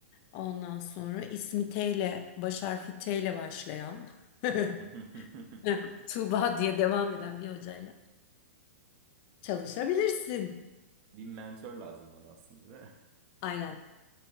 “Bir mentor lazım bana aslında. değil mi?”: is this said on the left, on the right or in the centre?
Right